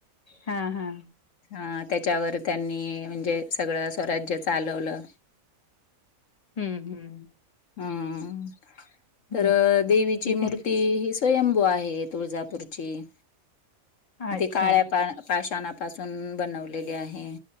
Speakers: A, on the left; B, on the left.
A: हा हा
B: हा. त्याच्यावर त्यांनी म्हणजे सगळं स्वराज्य चालवलं.
A: हम्म हम्म.
B: हम्म.
A: हं.
B: तर देवीची
A: तिथे
B: मूर्ती ही स्वयंभू आहे. तुळजापूरची
A: अच्छा.
B: काळ पा सून बनवलेले आहे.